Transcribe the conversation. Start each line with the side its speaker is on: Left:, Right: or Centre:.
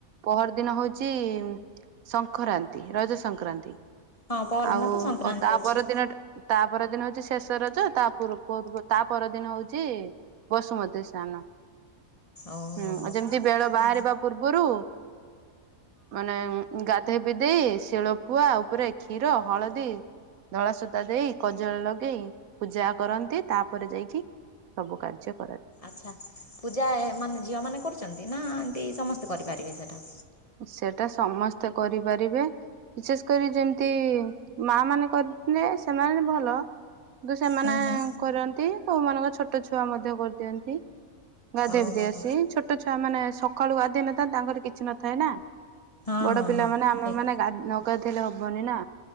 Right: ପହର ଦିନ ହଉଚି ସଂଖରାନ୍ତି ରଜ ସଂକ୍ରାନ୍ତି ।
Left: ହଁ ପରଦିନ
Right: ଆଉ
Left: ତ ସଂକ୍ରାନ୍ତି
Right: ତା
Left: ଅଛି
Right: ପରଦିନ ତା ପରଦିନ ଶେଷ ରଜ ତା ପୂର୍ ପୂର୍ ତା ପରଦିନ ହଉଚି ବସୁମତୀ ସ୍ନାନ
Left: ଓହୋ
Right: ହୁଁ
Left: ହୋ
Right: ଯେମିତି ବେଳ ବାହାରିବା
Left: ହଁ
Right: ପୂର୍ବରୁ ମାନେ ଗା ଧେଇ ପାଧେଇ ଶିଳ ପୁଆ ଉପରେ କ୍ଷୀର ହଳଦୀ ଧଳା ସୂତା ଦେଇ କଜଳ ଲଗେଇ ପୂଜା କରନ୍ତି ତାପରେ ଯାଇକି ସବୁ କାର୍ଯ୍ୟ ।
Left: ଆଚ୍ଛା ପୂଜା ଏ ମାନେ ଝିଅ ମାନେ କରୁଚନ୍ତି ନା ଏମିତି ସମସ୍ତେ କରିପାରିବେ ସେଟା?
Right: ସେଟା ସମ ସ୍ତେ କରିପାରିବେ ବିଶେଷ କରି ଯେମିତି ମା ମାନେ କଦଲେ ସେମାନେ ଭଲ । ଦୁ ସେମାନେ
Left: ହୁଁ ହୁଁ
Right: କରନ୍ତି କୋଉମାନାନଙ୍କ ଛୋଟ ଛୁଆ ମଧ୍ୟ କରିଦିଅନ୍ତି । ଗାଧୋଇବଧ
Left: ଓହୋ
Right: ଆସି
Left: ହୋ
Right: ଛୋଟ ଛୁଆ ମାନେ ସକାଳୁ ଗାଧୋଇ ନଥାନ୍ତିେ ତାଙ୍କର କିଛି ନଥାଏ ନା।
Left: ହଁ
Right: ବଡ
Left: ହଁ
Right: ପିଲାମାନେ
Left: ହଁ
Right: ଆମେ
Left: ଠିକ୍।
Right: ମାନେ ନ ଗଧେଇଲେ ହବନି ନା।